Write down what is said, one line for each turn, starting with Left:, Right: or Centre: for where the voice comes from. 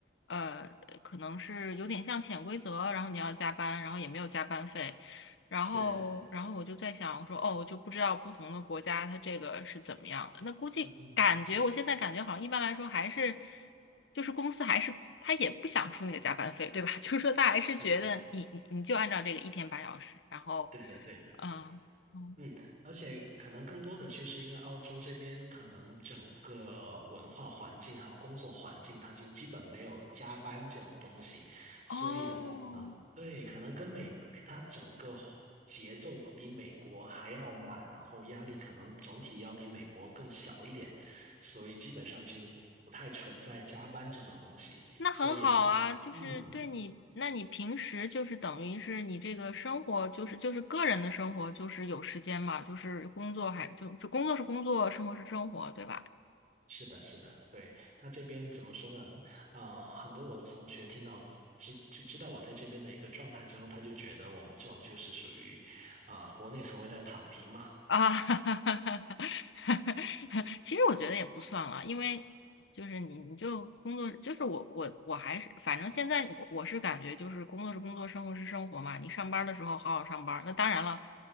Left: 呃，呃可能是有点像潜规则，然后你要加班，然后也没有加班费，然后然后我就在想，
Right: 是，
Left: 我说哦，我就不知道不同的国家它这个是怎么样的。那估计感觉我现在感觉好像一般来说还是
Right: 嗯，
Left: 就是公司还是他也不想出那个加班费，对吧？<laughs> 就是说他还是觉得你你你就按照这个一天八小时，
Right: 是，
Left: 然后。
Right: 对的，对的，
Left: 嗯，哦，
Right: 嗯，而且可能更多的就是因为澳洲这边可能整个文化环境还有工作环境，它就基本没有加班这种东西，
Left: 哦，
Right: 所以的话，对，可能跟美，它整个节奏比美国还要慢，然后压力可能总体要比美国更小一点，所以基本上就不太存在加班这种东西，
Left: 那很好啊，
Right: 所以。
Left: 就是对你，
Right: 嗯，
Left: 那你平时就是等于是你这个生活，就是就是个人的生活，就是有时间嘛，就是工作还就就工作是工作，生活是生活，对吧？
Right: 是的，是的，对，他这边怎么说呢？啊、很多我的同学听到知就知道我在这边的一个状态之后，他就觉得我们这种就是属于啊、国内所谓的躺平嘛。
Left: 啊，<laughs> 其实我觉得也不算了，因为就是你你就工作，就是我我我还是反正现在我我是感觉就是工作是工作，生活是生活嘛。你上班儿的时候好好上班儿那当然了，